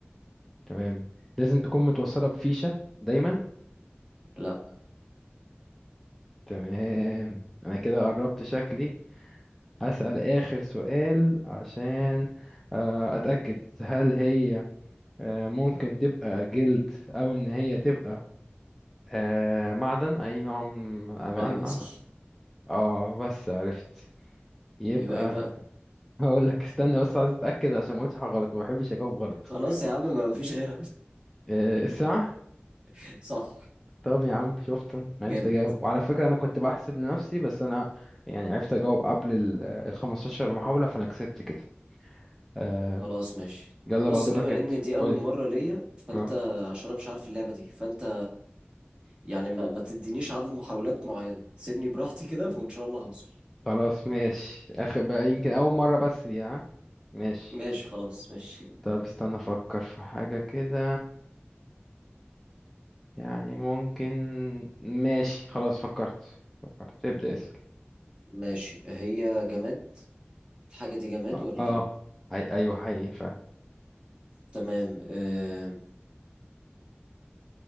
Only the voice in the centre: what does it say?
تمام لازم تكون متوصلة بفيشة دايما
تمام انا كده قربت شكلي هسأل آخر سؤال عشان آه، أتأكد هل هي آه، ممكن تبقى جلد او ان هي تبقى آه، معدن اي نوع من انواع
المعدن
اه بس عرفت يبقى
هقول لك استنى بس عايز اتاكد عشان ما اقولش حاجه غلط ما بحبش اجاوب غلط
آه، الساعه
طب يا عم شفت أنا عرفت
اجاوب وعلى فكره انا كنت بحسب لنفسي بس انا يعني عرفت اجاوب قبل ال ال 15 محاوله فانا كسبت كده آه،
يلا
بقى دورك
انت
قولي
اه
خلاص ماشي اخر بقى يمكن اول مرة بس دي ها ماشي
طب استنى افكر في حاجة كده يعني ممكن ماشي خلاص فكرت فكرت ابدأ اسأل
اه
اه.
أي... ايوه حقيقي فعلا